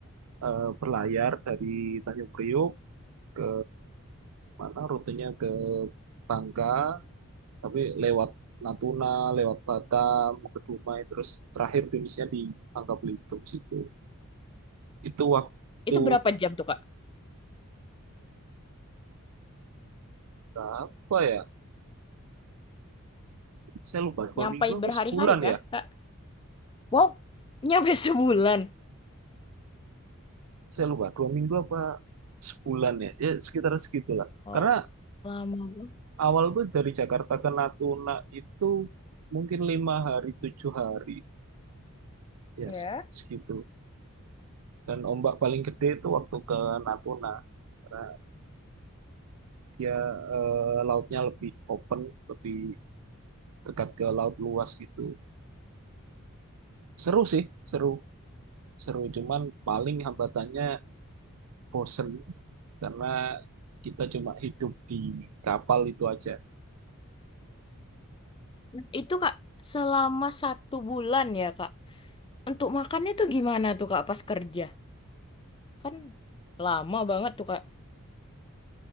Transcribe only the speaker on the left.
Itu berapa jam tuh Kak?
Nyampai
berhari-hari
kah
Kak? Wow, nyampe sebulan.
Wow,
lama banget.
Ya.
Nah, Itu Kak selama satu bulan ya Kak. Untuk makannya tuh gimana tuh Kak pas kerja? Kan lama banget tuh, Kak.